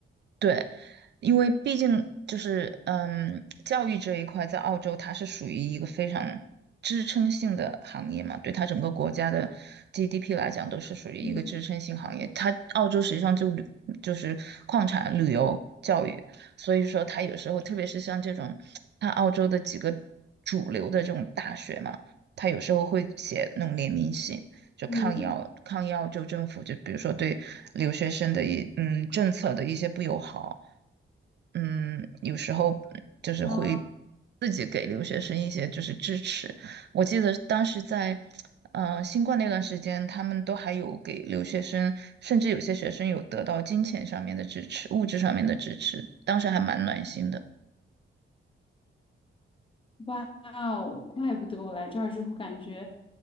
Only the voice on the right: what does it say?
对，因为毕竟就是嗯，教育这一块在澳洲它是属于一个非常支撑性的行业嘛，对它整个国家的 GDP 来讲都是属于一个支撑性行业。
它澳洲实际上就旅就是矿产、旅游、教育，所以说它有时候特别是像这种，它澳洲的几个主流的这种大学嘛，它有时候会写那种联名信。就抗议抗议澳政府，
就比如说对留学生的一嗯政策的一些不友好，嗯，有时候就是会
自己给留学生一些就是支持。我记得当时在嗯新冠那段时间，他们都还有给留学生，甚至有些学生有得到金钱上面的支持、物质上面的支持，当时还蛮暖心的。